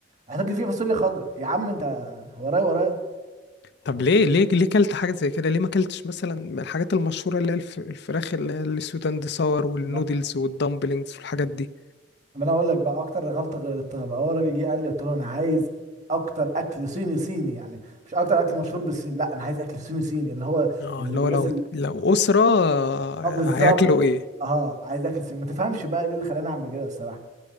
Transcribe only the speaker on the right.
حاطط لي فيه فاصوليا خضراء يا عم انت ورايا ورايا
ما
ما انا اقول لك بقى اكتر غلطة غلطتها بقى هو الراجل جه قال لي قلت له انا عايز اكتر اكل صيني صيني يعني مش اكتر اكل مشهور بالصين لا انا عايز اكل صيني صيني اللي هو
اللي
الناس
اه بالظبط
اه عايز اكل سمين ما تفهمش بقى ليه اللي خلاني اعمل كده الصراحه